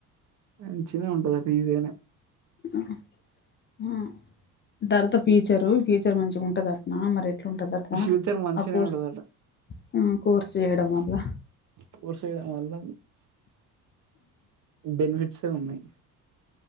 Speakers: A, on the right; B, on the left.
A: మంచిగానే ఉంటది పిజేనే
B: ఆ ఆ తర్వాత ఫిచరు ఫ్యూచర్ మంచిగా ఉంటుందా అట్నా మరి ఎట్లుంటదట
A: ఫ్యూచర్ మంచినే
B: ఆ కోర్స్
A: ఉండదట
B: ఆ కోర్స్ చేయడం వల్ల
A: కోర్స్ <unintelligible> బెనిఫిట్సే ఉన్నాయి.